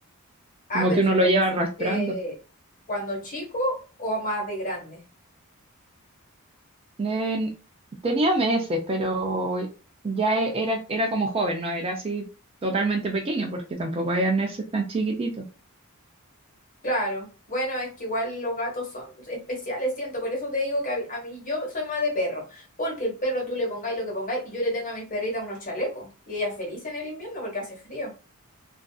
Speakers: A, on the left; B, on the right.
A: Ah,
B: como
A: pero
B: que uno
A: ¿se
B: lo
A: lo
B: lleva
A: pusiste
B: arrastrando.
A: cuando chico o más de grande?
B: En- tenía meses, pero ya e- era, era como joven, no era así totalmente pequeño, porque tampoco hay arneses tan chiquititos.
A: Claro. Bueno, es que igual los gatos son especiales, siento. Por eso te digo que a, a mí yo soy más de perro. Porque el perro tú le pongáis lo que pongáis y yo le tengo a mis perritas unos chalecos. Y ella feliz en el invierno porque hace frío.